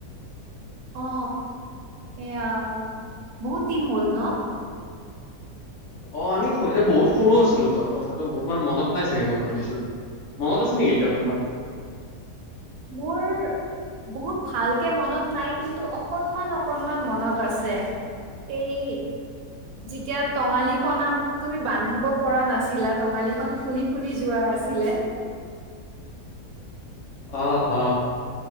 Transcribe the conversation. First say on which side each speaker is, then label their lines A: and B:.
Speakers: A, on the right; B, on the left.
A: অ এয়া বহুত দিন হ'ল ন
B: অ আমি বহুত সৰু আছিলো ত,, কথাটোৰ মনত নাই চাগে মই ভাবিছো মনত আছে নেকি এতিয়াও তোমাৰ
A: মোৰ বহুত ভালকে মনত নাই কিন্তু অকনমান অকনমান মনত আছে। এই। যেতিয়া টঙালি খন তুমি বান্ধিব পৰা নাছিলা টঙালি খন খুলি খুলি যোৱা আছিলে
B: অ অ